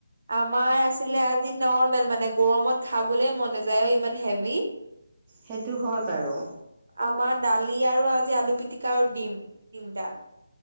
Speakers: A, on the right; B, on the right.
A: আমাৰ আছিলে আজি নৰ্মেল মানে গৰমত খাবলে মন নাযায় ঐ ইমান হেবি।
B: সেইটো হয় বাৰু।
A: আমাৰ দালি আৰু আজি আলু পিটিকা আৰু দিম তিনটা।